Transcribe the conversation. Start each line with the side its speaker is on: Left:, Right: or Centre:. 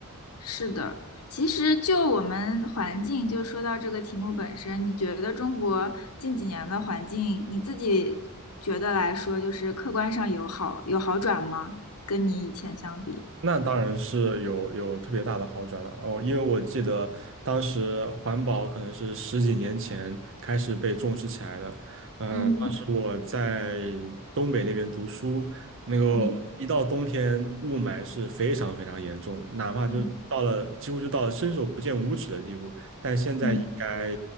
Left: 是的，其实就我们环境，就说到这个题目本身，你觉得中国近几年的环境，你自己觉得来说，就是客观上有好有好转吗？跟你以前相比？
Right: 那当然是有有特别大的好转了哦，因为我记得当时环保可能是十几年前开始被重视起来的。嗯、
Left: 嗯
Right: 嗯当时我在东北那边读书，那嗯个一到冬天雾霾是非常非常严重的，
Left: 嗯
Right: 哪怕就到了几乎就到了伸手不见五指的地步，
Left: 嗯
Right: 但现在应该
Left: 嗯。